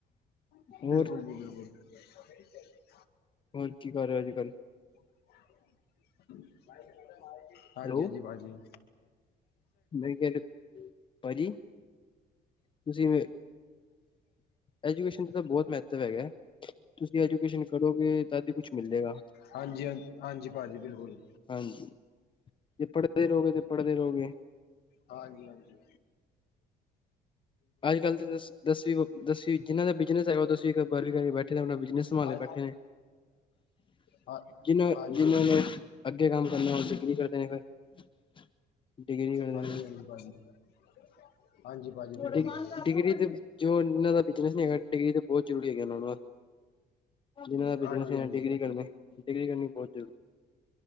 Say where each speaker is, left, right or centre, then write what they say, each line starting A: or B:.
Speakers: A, on the left (about 70°); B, on the left (about 30°).
A: ਬਿਲਕੁਲ
B: ਹੋਰ?
A: ਜੀ <unintelligible>
B: ਹੋਰ ਕੀ ਕਰ ਰਹੇ ਹੋ, ਅੱਜ-ਕੱਲ?
A: <inaudible> ਮਾਈ ਮ ਹਾਂਜੀ- ਹਾਂਜੀ।
B: ਹੈਲੋ
A: ਭਾਜੀ।
B: ਮੈਂ ਕਹਿ ਭਾਜੀ ਤੁਸੀਂ ਐਜੂਕੇਸ਼ਨ ਦਾ ਬਹੁਤ ਮਹੱਤਵ ਹੈਗਾ ਤੁਸੀਂ ਐਜੂਕੇਸ਼ਨ ਕਰੋਗੇ ਤਦ ਹੀ ਕੁਛ ਮਿਲੇਗਾ
A: ਹਾਂਜੀ-ਹਾਂਜੀ। ਭਾਜੀ, ਬਿਲਕੁਲ!
B: ਹਾਂਜੀ ਜੇ ਪੜ੍ਹਦੇ ਰਹੋਗੇ ਤੇ, ਪੜ੍ਹਦੇ ਰਹੋਗੇ।
A: ਹਾਂਜੀ-ਹਾਂਜੀ।
B: ਅੱਜ-ਕੱਲ ਤਾਂ, ਦਸ ਦਸਵੀ ਦਸਵੀਂ ਜਿੰਹਨਾਂ ਦਾ ਬਿਜਨਸ ਹੈਗਾ, ਉਹ ਦਸਵੀਂ-ਬਾਰਵੀਂ ਕਰਕੇ ਬੈਠੇ, ਆਪਣਾ ਬਿਜਨਸ ਸੰਭਾਲੇ
A: ਹਾਂ
B: ਬੈਠੇ ਨੇ।
A: ਹਾਂ
B: ਜਿਨਾਂ,
A: ਹਾਂਜੀ
B: ਜਿਨਾਂ
A: ਹਾਂਜੀ
B: ਕੇ, ਕੰਮ ਕਰਨਾ ਹੋ ਡਿਗਰੀ ਕਰ ਦੇਨੇ ਪਏ, ਫਿਰ ਡਿਗਰੀ ਕਰ ਦੇ
A: ਹਾਂਜੀ
B: ਨ
A: <unintelligible> ਭਾਜੀ ਬਿਲਕੁਲ
B: ਡਿ,
A: ਬਿਲਕੁਲ
B: ਡਿਗਰੀ ਤੇ ਜੋ ਇਹਨਾਂ ਦਾ ਬਿਜਨਸ ਨੀ ਹੈਗਾ, ਡਿਗਰੀ ਤਾਂ ਬਹੁਤ ਜ਼ਰੂਰੀ ਹੈਗਾ। ਉਹਨਾਂ ਨੂੰ ਵ ਜਿਨਾਂ ਦਾ ਬਿਜਨਸ
A: ਹਾਂਜੀ
B: ਹੈ,
A: ਹਾਂਜੀ
B: ਡਿਗਰੀ ਕਰਨੀੇ, ਡਿਗਰੀ ਕਰਨੀ ਬਹੁਤ ਜ਼ਰੂਰੀ।